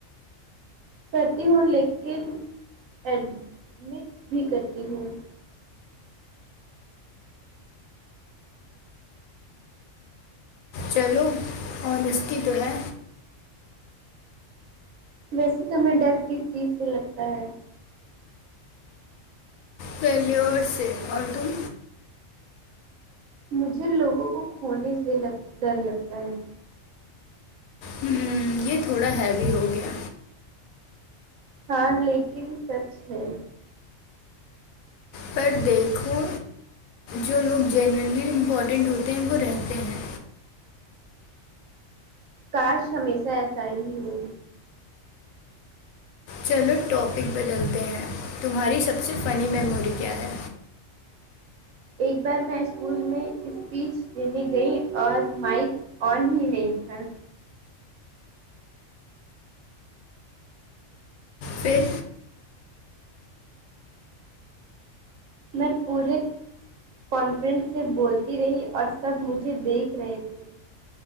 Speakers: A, on the right; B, on the left.
A: کرتی ہوں لیکن ایڈمٹ بھی کرتی ہوں
B: چلو انیسٹی تو ہے
A: ویسے تمہیں ڈر کس چیز سے لگتا ہے
B: فیلیور سے اور تم
A: مجھے لوگوں کو کھونے سے لگ ڈر لگتا ہے
B: ہمم، یہ تھوڑا ہیوی ہو گیا
A: ہاں لیکن سچ ہے
B: پر دیکھو جو لوگ جینونلی امپورٹینٹ ہوتے ہیں وہ رہتے ہیں
A: کاش ہمیشہ ایسا ہی ہو
B: چلو ٹاپک بدلتے ہیں تمہاری سب سے فنی میموری کیا ہے
A: ایک بار میں اسکول میں اسپیچ دینے گئی اور مائک آن ہی نہیں تھا
B: پھر
A: میں پورے کنفائڈنس سے بولتی رہی اور سب مجھے دیکھ رہے تھے